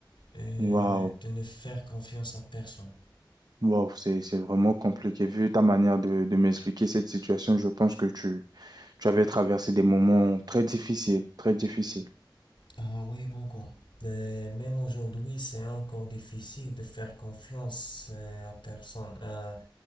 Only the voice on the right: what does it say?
Waouh.
Waouh, c'est, c'est vraiment compliqué. Vu ta manière de, de m'expliquer cette situation, je pense que tu, tu avais traversé des moments très difficiles, très difficiles.